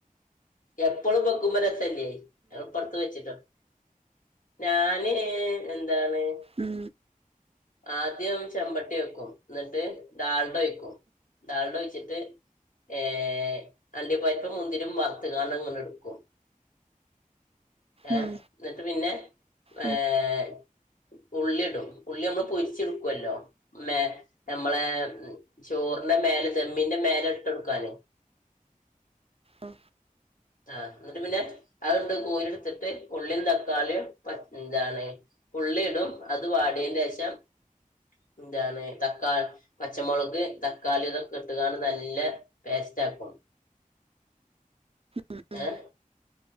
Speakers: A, on the left (about 65°); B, on the right (about 45°).
A: എപ്പളും വെക്കുമ്പോ രസ ല്ലേ ഞങ്ങൾ ഇപ്പടുത്ത് വെച്ചിട്ടോളൂ ഞാന് എ എന്താണ്
B: ഉം
A: ആദ്യം ചെമ്പട്ടി വെക്കും ന്നിട്ട് ഡാൾഡ ഒഴിക്കും. ഡാൽഡ ഒഴിച്ചിട്ട് ഏഹ് അണ്ടിപരിപ്പും മുന്തിരിം വറ്ത്ത്ങ്കാട്ങ്ങനെട്ക്കും ഏഹ്
B: ഉം
A: ഇന്നിട്ട് പിന്നെ
B: ഉം
A: ഏഹ് ഉള്ളിടും ഉള്ളിയാവുമ്പം പൊരിച്ച്ടുക്കല്ലോ മേ ഞമ്മളെ ചോറ്ന്റെ മേലെ ദെമ്മിന്റെ മേലെ ഇ കൊടുക്കാനേ
B: ആഹ
A: ആഹ എന്നിട്ട് പിന്നെ അതുണ്ട് കോരി എടുത്തിട്ട് ഉള്ളിയും തക്കാളിയും പന്താണ്. ഉള്ളി ഇടും അത് വാടിയന്റെയാശം എന്താണ് തക്കാളി പച്ചമുളക് തക്കാളിതൊക്കെ ഇട്ടുകാണ് നല്ല പസ്റ്റ് റ്റാക്കും
B: ഉം ഉം
A: അ.